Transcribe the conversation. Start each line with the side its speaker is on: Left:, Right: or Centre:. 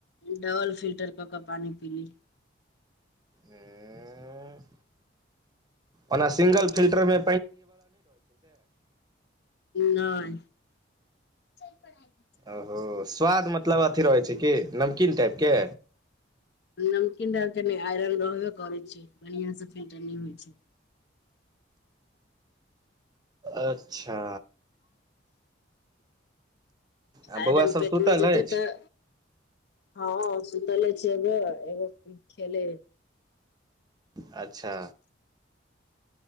Left: डबल फिल्टर कऽ कऽ पानि पी ली
Right: ऐंह ओना सिंगल फिल्टर मे
Left: नहि चल पढ़ाइ करे
Right: ओ स्वाद मतलब अथी रहै छै की नमकीन टाइप के
Left: नमकीन डालि के नै आइरन रहबे करैत छै बढ़ियाँ से फिल्टर नहि होइ छै
Right: अच्छा आ बौआ
Left: आयरन
Right: सब
Left: पेटमे
Right: सुतल
Left: जेतै
Right: अछि
Left: तऽ हँ सुतले छियौ गे एगो खेलै
Right: अच्छा